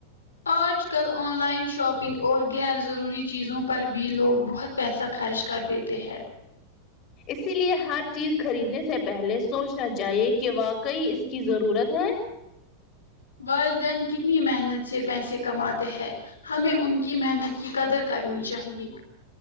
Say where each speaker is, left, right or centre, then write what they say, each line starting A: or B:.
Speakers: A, on the left; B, on the left.
A: آج کل آن لائن شاپنگ اور غیر ضروری چیزوں پر بھی لوگ بہت پیسہ خرچ کر دیتے ہے
B: اسی لیے ہر چیز خریدنے سے پہلے سوچنا چاہیے کہ واقع اس کی ضرورت ہے
A: والدین کتنی محنت سے پیسے کماتے ہیں ہمیں ان کی محنت کی قدر کرنی چاہیے